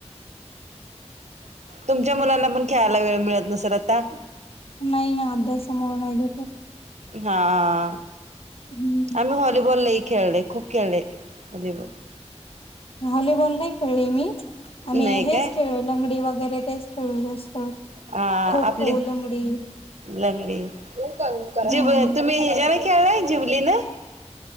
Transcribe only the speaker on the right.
तुमच्या मुलांना पण खेळायला वेळ मिळत नसल आता.
हां,
आम्ही हॉलिबॉल लई खेळले, खूप खेळले, हॉलिबॉल.
नाही
काय
हा
आपली
लंगडी
जिब तुम्ही <unintelligible> ह्याच्यान खेळलाय जिबली न?